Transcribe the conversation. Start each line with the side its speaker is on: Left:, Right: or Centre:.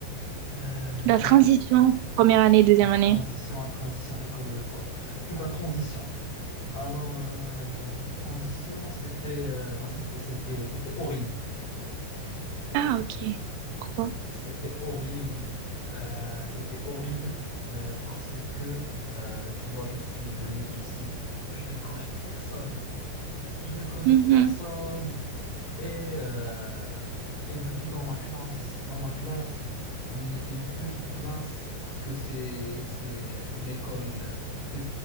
Left: Euh,
Right: La
Left: ouais,
Right: transition, première année, deuxième
Left: la transition,
Right: année.
Left: la transition écologique, ouais. Du coup, la transition. Alors, euh, la transition, c'était euh, bah, c'était c'était c'était horrible.
Right: Ah, ok. Pourquoi?
Left: C'était horrible. Euh, c'était horrible euh, parce que, euh, tu vois, je suis venu ici. Je ne connais personne. Je ne connais
Right: Mhm.
Left: personne. Et, euh, et du coup, dans ma classe, dans ma classe, on était une petite classe parce que c'est, c'est une école euh, pe-